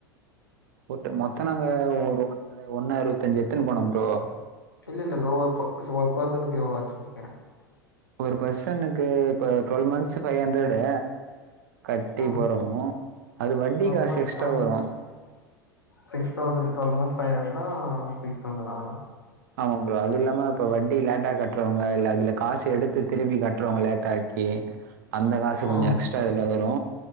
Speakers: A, on the right (about 55°); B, on the left (about 80°).
A: போர் டே மொத்த நாங்க ஒரு ஒன்ற ஒண்ணு அறுவத்தஞ்சு எத்துன் போனோ ப்ரோ
B: இல்ல இல்ல ப்ரோ ஒரு ஒரு ப்ராஸ்ஸஸ்க்கு எவ்ளோ ஆச்ச கேக்குறே
A: ஒரு பர்சனுக்கு to twelve months five hundred கட்டி
B: ம்
A: போறனு அது வட்டி
B: டுவெல்
A: காசு
B: மந்த்
A: எக்ஸ்ட்ரா
B: ஃபைவ் hundred
A: வரு
B: six thousand twelve month five ஹன்னா சிக்ஸ் தௌசனா
A: ஆமா ப்ரோ அது இல்லாம இப்ப வட்டி லேட்டா கட்டுறவங்க இல்ல அதுல காசு எடுத்து திருப்பி கட்றவங்க லேட்டாச்சி டி அந்த காசு
B: ம்
A: கொஞ்ச எக்ஸ்ட்ரா இதுல வரு